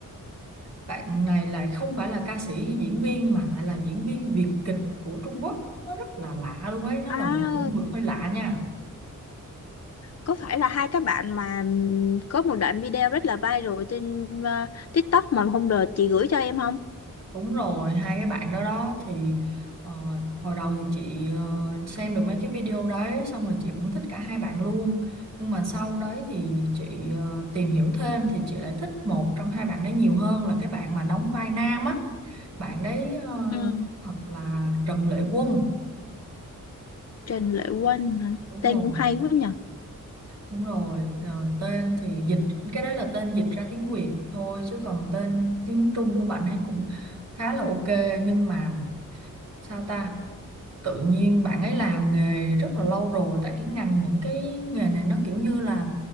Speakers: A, on the right; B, on the left.
A: bạn này là không phải là ca sĩ hay diễn viên mà lại là diễn viên Việt kịch của Trung Quốc. Nó rất là lạ luôn ấy, nó
B: À,
A: là một lĩnh vực hơi lạ nha.
B: có phải là hai các bạn mà ừm, có một đoạn video rất là viral trên à, TikTok mà hôm đợt chị gửi cho em không?
A: Đúng rồi, hai cái bạn đó đó thì ờ, hồi đầu thì chị ờ, xem được mấy cái video đấy xong rồi chị cũng thích cả hai bạn luôn. Nhưng mà sau đấy thì chị ờ, tìm hiểu thêm thì chị lại thích một trong hai bạn đấy nhiều hơn là cái bạn mà đóng vai nam á. Bạn đấy ờ,
B: Ừ,
A: thật là Trần Lệ Quân.
B: Trần Lệ Quân hả?
A: Đúng
B: Tên
A: rồi,
B: cũng hay quá nhỉ.
A: đúng rồi. Ờ, tên thì dịch cái đấy là tên dịch ra tiếng Việt thôi chứ còn tên tiếng Trung của bạn ấy cũng khá là ok nhưng mà sao ta tự nhiên bạn ấy làm nghề rất là lâu rồi tại cái ngành những cái nghề này nó kiểu như là